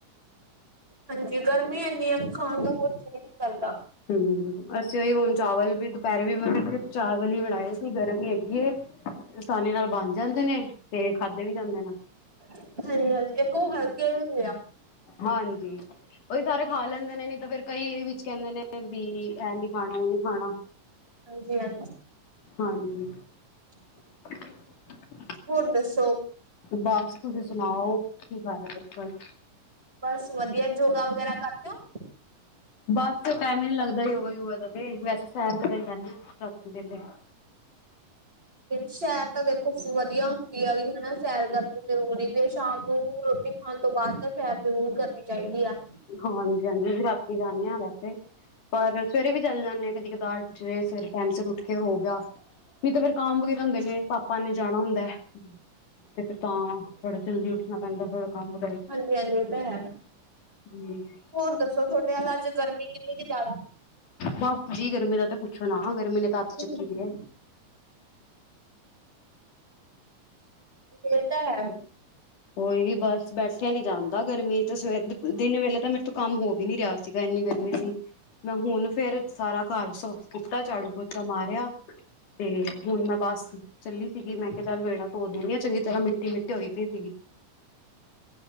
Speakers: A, on the right; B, on the left.
A: ਹਾਂਜੀ ਗਰਮੀ ਇੰਨੀ ਆ ਖਾਣ ਦਾ ਕੋ ਜੀ ਨੀ ਕਰਦਾ।
B: ਹੂੰ ਅਸੀਂ ਉਹੀ ਹੁਣ ਚਾਵਲ ਵੀ ਦੁਪਹਿਰੇ ਵੀ ਮਤਲਬ ਚਾਵਲ ਹੀ ਬਣਾਏ ਸੀ ਗਰਮੀ ਹੈਗੀ ਏ। ਆਸਾਨੀ ਨਾਲ ਬਣ ਜਾਂਦੇ ਨੇ, ਤੇ ਖਾਧੇ ਵੀ ਜਾਂਦੇ ਨੇ।
A: ਹਾਂਜੀ-ਹਾਂਜੀ ਇੱਕੋ ਖਾਲ ਕੇ ਆ-
B: ਹਾਂਜੀ, ਉਹੀ ਸਾਰੇ ਖਾ ਲੈਂਦੇ ਨੇ ਨੀ ਤਾਂ ਫਿਰ- ਕਈ ਇਹ ਵਿੱਚ ਕਹਿੰਦੇ ਨੇ ਵੀ ਐ ਨੀ ਖਾਣਾ ਉਹ ਨੀ ਖਾਣਾ।
A: ਹਾਂਜੀ ਹਾਂਜੀ
B: ਹਾਂਜੀ।
A: <inaudible>
B: <inaudible>
A: ਹੁਣ ਦੱਸੋ।
B: ਬਸ ਤੁਸੀਂ ਸੁਣਾਓ, ਕੀ ਰਹੇ ਅੱਜਕੱਲ?
A: ਬਸ ਵਧੀਆ ਯੋਗਾ ਵਗੈਰਾ ਕਰਦੇ ਓ?
B: ਬਸ ਟੈਮ ਹੀ ਨੀ ਲੱਗਦਾ ਯੋਗਾ ਯੋਗਾ ਦਾ ਤੇ ਵੈਸੇ ਸੈਰ ਕਰਨ ਜਾਨੀ ਆ। ਰਾਤੀ ਵੇਲੇ।
A: ਸ਼ਹਿਰ ਤਾਂ ਦੇਖੋ ਵਧੀਆ ਹੁੰਦੀ ਆ ਵੀ ਹਨਾ- ਸੈਰ ਕਰਨੀ ਜ਼ਰੂਰੀ ਵੀ ਆ ਸ਼ਾਮ ਨੂੰ ਰੋਟੀ ਖਾਣ ਤੋਂ ਬਾਅਦ ਤਾਂ ਸੈਰ ਜ਼ਰੂਰ ਕਰਨੀ ਚਾਹੀਦੀ ਆ।
B: ਹਾਂਜੀ-ਹਾਂਜੀ ਅਸੀਂ ਰਾਤੀ ਜਾਂਨੇ ਆ ਵੈਸੇ। ਪਰ ਸਵੇਰੇ ਵੀ ਚੱਲ ਜਾਨੇ ਆ ਕਦੀ ਕਦਾਰ ਜ ਸਵੇਰੇ ਟਾਈਮ ਸਿਰ ਉੱਠ ਕੇ ਹੋ ਗਿਆ। ਨਹੀਂ ਤਾਂ ਫੇਰ ਕਾਮ ਵਗੈਰਾ ਹੁੰਦੇ ਨੇ ਪਾਪਾ ਨੇ ਜਾਣਾ ਹੁੰਦਾ, ਤੇ ਫਿਰ ਤਾਂ, ਥੋੜਾ ਜਲਦੀ ਉੱਠਣਾ ਪੈਂਦਾ ਥੋੜਾ ਕੰਮ
A: ਹਾਂਜੀ-ਹਾਂਜੀ ਇਹ ਤਾਂ ਹੈ।
B: ਹੂੰ
A: ਹੋਰ ਦੱਸੋ ਤੁਹਾਡੇ ਅੱਲ ਅੱਜ ਗਰਮੀ ਕਿੰਨੀ ਕੁ ਜ਼ਿਆਦਾ?
B: ਬਸ ਜੀ ਗਰਮੀ ਦਾ ਤਾਂ ਪੁੱਛੋ ਨਾ ਗਰਮੀ ਨੇ ਅੱਤ
A: ਹਾਂਜੀ
B: ਚੱਕੀ ਪਈ ਏ।
A: ਏ ਤਾ ਹੈ।
B: ਕੋਈ ਬਸ ਬੈਠਿਆ ਨੀ ਜਾਂਦਾ ਗਰਮੀ ਤੇ, ਸਵੇ ਦਿਨ ਵੇਲੇ ਤਾਂ ਮੇਰੇ ਤੋਂ ਕੰਮ ਹੋ ਵੀ ਨੀ ਰਿਹਾ। ਚਾ ਇੰਨੀ ਗਰਮੀ ਸੀ। ਮੈਂ ਹੁਣ ਫੇਰ ਸਾਰਾ ਘਰ ਸੁ ਫੁਟਾ ਝਾੜੂ-ਪੋਚਾ ਮਾਰਿਆ। ਤੇ, ਹੁਣ ਮੈਂ ਬਸ ਚੱਲੀ ਸੀਗੀ, ਮੈਂ ਕਿਹਾ ਚੱਲ ਵੇੜਾ ਧੋ ਦੇਣੀ ਆ ਚੰਗੀ ਤਰ੍ਹਾਂ ਮਿੱਟੀ-ਮਿੱਟੀ ਹੋਈ ਪਈ ਸੀਗੀ।